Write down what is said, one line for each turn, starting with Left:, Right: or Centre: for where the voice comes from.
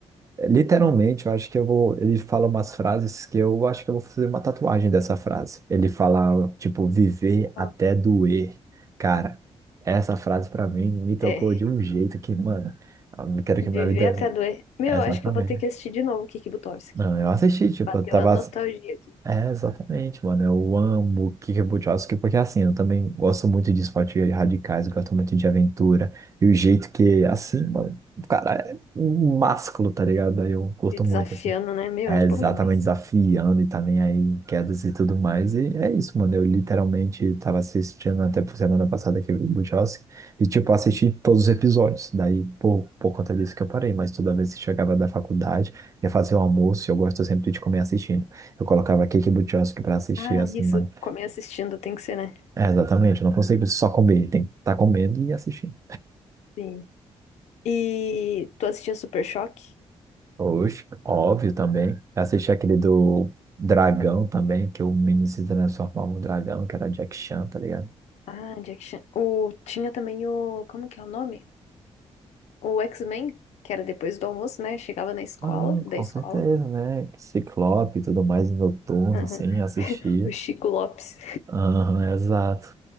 Right: Literalmente, eu acho que eu vou. Ele fala umas frases que eu acho que eu vou fazer uma tatuagem dessa frase. Ele fala, tipo, viver
Left: Qual?
Right: até doer. Cara, essa frase pra mim me tocou
Left: É,
Right: de um jeito que, mano, eu não quero que
Left: viver
Right: minha vida.
Left: até doer. Meu,
Right: É Exatamente.
Left: acho que eu vou ter
Right: né?
Left: que assistir de novo o Kiki Butovski.
Right: Não, eu assisti, tipo,
Left: Bateu
Right: eu tava.
Left: a nostalgia aqui.
Right: É, exatamente, mano. Eu amo Kick Buttowski, porque assim, eu também gosto muito de esportes radicais, eu gosto muito de aventura. E o jeito que, assim, mano, o cara é um másculo, tá ligado? Aí eu curto
Left: Se desafiando,
Right: muito, assim.
Left: né? Meu,
Right: É
Left: é bom
Right: exatamente
Left: demais.
Right: desafiando e tá nem aí em quedas e tudo mais. E é isso, mano. Eu literalmente tava assistindo até por semana passada aquele do e, tipo, assisti todos os episódios. Daí, por, por conta disso que eu parei. Mas toda vez que chegava da faculdade, ia fazer o almoço e eu gosto sempre de comer assistindo. Eu colocava Cake do Chelsea pra assistir,
Left: Ah,
Right: assim,
Left: isso.
Right: mano.
Left: Comer assistindo tem que ser, né?
Right: É, exatamente. Eu não consigo só comer. Tem que estar tá comendo e assistindo.
Left: Sim. E tu assistia Super Choque?
Right: Oxe, óbvio também. Eu Assisti aquele do Dragão também, que o menino se transformava no dragão, que era Jack Chan, tá ligado?
Left: Ah, Jack Chan. O... Tinha também o. Como que é o nome? O X-Men, que era depois do almoço, né? Chegava na escola,
Right: Ah, com
Left: da escola.
Right: certeza, né? Ciclope e tudo mais, noturno,
Left: Aham.
Right: assim, assistia.
Left: O Chico Lopes.
Right: Aham, exato.